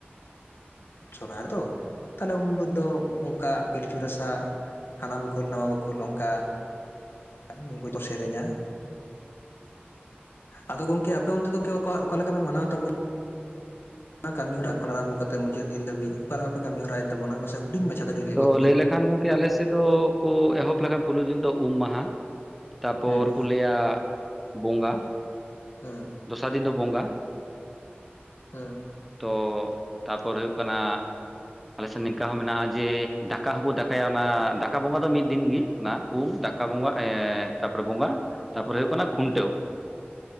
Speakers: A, on the left; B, in the centre.
A: ᱥᱚᱨᱚᱦᱟᱭ ᱨᱮᱫᱚ ᱛᱟᱦᱞᱮ ᱩᱱ ᱦᱤᱞᱳᱜ ᱫᱚ ᱚᱱᱠᱟ ᱯᱤᱞᱪᱩ ᱨᱟᱥᱟ ᱦᱟᱱᱟ ᱵᱟᱠᱷᱳᱞ ᱱᱟᱣᱟ ᱵᱟᱠᱷᱳᱞ ᱚᱱᱠᱟ ᱧᱩ ᱠᱚ ᱫᱚ ᱥᱮᱨᱮᱧᱟ ᱟᱫᱚ ᱜᱚᱝᱠᱮ ᱟᱯᱮ ᱚᱱᱛᱮ ᱫᱚ ᱚᱠᱟ ᱞᱮᱠᱟ ᱯᱮ ᱢᱟᱱᱟᱣᱟ ᱛᱟᱵᱚ ᱚᱱᱟ ᱠᱟᱹᱢᱤ ᱦᱚᱨᱟ ᱠᱷᱚᱱ ᱟᱨᱟᱢᱵᱚ ᱠᱟᱛᱮ ᱢᱩᱪᱟᱹᱫ ᱫᱤᱱ ᱫᱷᱟᱹᱵᱤᱡ ᱚᱠᱟ ᱞᱮᱠᱟ ᱯᱮ ᱠᱟᱹᱢᱤ ᱦᱚᱨᱟᱮᱫ ᱛᱟᱵᱚᱱᱟ ᱢᱟᱥᱮ ᱦᱩᱰᱤᱧ ᱢᱟᱪᱷᱟ ᱛᱮ ᱠᱟᱹᱡ
B: ᱛᱚ
A: ᱜᱚᱫ ᱵᱤᱱ
B: ᱞᱟᱹᱭ ᱞᱮᱠᱷᱟᱱ ᱜᱚᱢᱠᱮ ᱟᱞᱮ ᱥᱮᱫ ᱫᱚ ᱠᱚ ᱮᱦᱚᱵ ᱞᱮᱠᱷᱟᱱ ᱯᱳᱞᱳ ᱫᱤᱱ ᱫᱚ ᱩᱢ ᱢᱟᱦᱟ ᱛᱟᱯᱚᱨ
A: ᱦᱩᱸ
B: ᱠᱚ ᱞᱟᱹᱭᱟ ᱵᱚᱸᱜᱟ
A: ᱦᱩᱸ
B: ᱫᱚᱥᱟᱨ ᱫᱤᱱ ᱫᱚ ᱵᱚᱸᱜᱟ
A: ᱦᱩᱸ
B: ᱛᱚ ᱛᱟᱯᱚᱨ ᱦᱩᱭᱩᱜ ᱠᱟᱱᱟ ᱟᱞᱮᱥᱮᱫ ᱱᱤᱝᱠᱟ ᱦᱚᱸ ᱢᱮᱱᱟᱜᱼᱟ ᱡᱮ ᱫᱟᱠᱟ ᱦᱚᱸᱠᱚ ᱫᱟᱠᱟᱭᱟ ᱚᱱᱟ ᱫᱟᱠᱟ ᱵᱚᱸᱜᱟ ᱫᱚ ᱢᱤᱫ ᱫᱤᱱ ᱜᱮ ᱚᱱᱟ ᱩᱢ
A: ᱦᱩᱸ
B: ᱫᱟᱠᱟ ᱵᱚᱸᱜᱟ ᱛᱟᱯᱚᱨᱮ ᱵᱚᱸᱜᱟ ᱛᱟᱯᱚᱨᱮ ᱦᱩᱭᱩᱜ ᱠᱟᱱᱟ ᱠᱷᱩᱱᱴᱟᱹᱣ